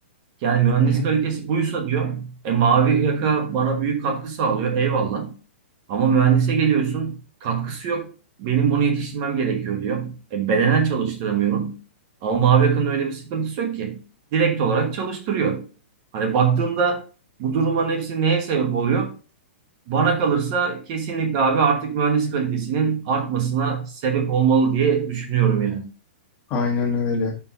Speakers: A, on the right; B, on the left.
A: yani mühendis
B: Hı hı.
A: kalitesi buysa diyor. E mavi yaka bana büyük katkı sağlıyor. Eyvallah. Ama mühendise geliyorsun katkısı yok. Benim bunu yetiştirmem gerekiyor diyor. E bedenen çalıştıramıyorum. Ama mavi yakanın öyle bir sıkıntısı yok ki. Direkt olarak çalıştırıyor. Hani baktığında bu durumların hepsi neye sebep oluyor? Bana kalırsa kesinlikle abi artık mühendis kalitesinin artmasına sebep olmalı diye düşünüyorum yani.
B: Aynen öyle.